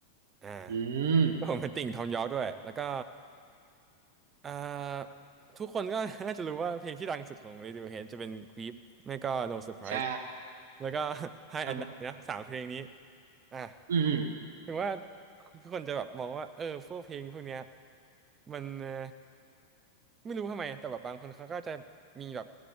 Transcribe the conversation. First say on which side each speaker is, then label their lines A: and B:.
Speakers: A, on the right; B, on the right.
A: อ่า
B: อืม
A: ผมเป็นติ่งทอมยอร์กด้วยแล้วก็ อ่า ทุกคนก็ <laughs> น่าจะรู้ว่าเพลงที่ดังสุดของ Radiohead จะเป็น Creep ไม่ก็ No Surprise
B: ใช่
A: แล้วก็ <laughs> High
B: ครับผม
A: and Die นะสามเพลงนี้อ่ะ
B: อืมอืม
A: ถึงว่าคนจะแบบมองว่าเออพวกเพลงพวกเนี้ยมันเอ่อไม่รู้ทำไมแต่แบบบางคนเขาก็จะมีแบบ